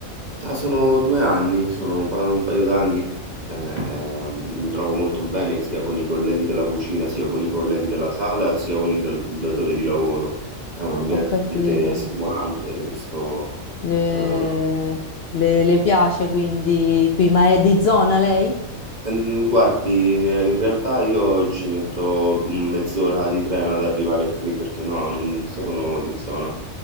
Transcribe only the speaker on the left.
Ho capito,
le,
le- le piace quindi qui, ma è di zona lei?